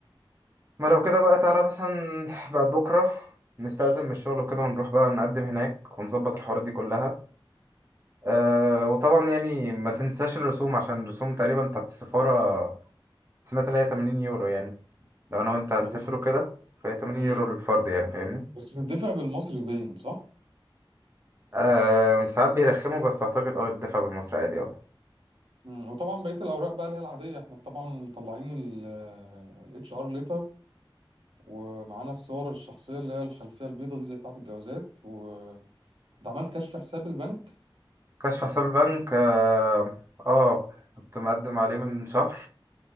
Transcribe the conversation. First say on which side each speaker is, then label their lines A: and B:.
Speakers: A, on the right; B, on the right.
A: ما لو كده بقى تعالى مثلا بعد بكره نستأذن من الشغل وكده ونروح بقى نقدم هناك ونظبط الحوارات دي كلها أه وطبعا يعني ما تنساش الرسوم عشان الرسوم تقريبا بتاعت السفارة سمعت اللي هي 80 يورو يعني لو أنا وأنت هنسافروا
B: يعني بس
A: كده فهي 80
B: امم
A: يورو للفرد يعني فاهمني
B: بس بتدفع بالمصري باين صح؟
A: أه ساعات بيرخموا بس أعتقد أه الدفع بالمصري عادي أه
B: امم وطبعا بقية الأوراق بقى اللي هي العادية احنا طبعا مطلعين ال اتش ار ليتر ومعانا الصور الشخصية اللي هي الخلفية البيضة دي زي بتاعة الجوازات و ده عملت كشف حساب البنك
A: كشف حساب البنك أه آه، كنت مقدم عليه من شهر